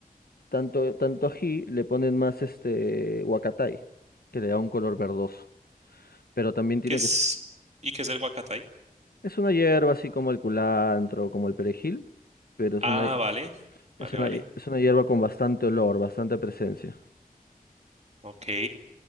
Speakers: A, on the left; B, on the right.
A: tanto, tanto ají, le ponen más este huacatay, que le da un color verdoso. Pero también tiene
B: ¿qué es?
A: que ser.
B: ¿Y qué es el guacatay?
A: es una hierba así como el culantro, como el perejil, pero es
B: Ah,
A: una,
B: vale, vale,
A: es una,
B: vale.
A: es una hierba con bastante olor, bastante presencia.
B: Ok,